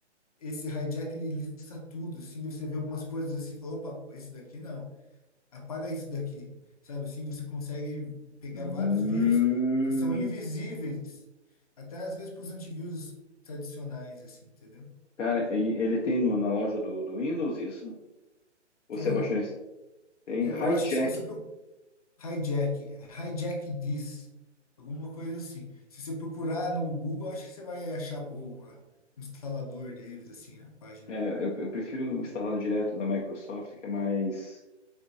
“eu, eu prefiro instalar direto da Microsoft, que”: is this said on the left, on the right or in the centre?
Left